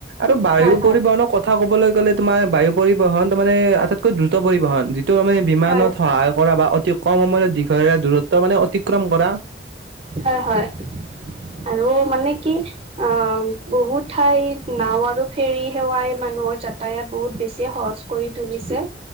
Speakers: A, on the right; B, on the right.
A: ত বায়ু
B: হয়
A: পৰিবহনৰ কথা ক'বলৈ গ'লে তোমাৰ বায়ু পৰিবহন তাৰমানে আটাইতকৈ দ্ৰুত পৰিবহন ত মানে বিমানত
B: হয়
A: সহায় কৰা বা অতি কম সময়ত দীঘলীয়া দূৰত্ব মানে অতিক্ৰম কৰা
B: হয় হয় আৰু মানে কি অ বহুত ঠাইত নাও আৰু ফেৰী সেৱাই মানুহৰ যাতায়ত বহুত বেছি সহজ কৰি তুলিছে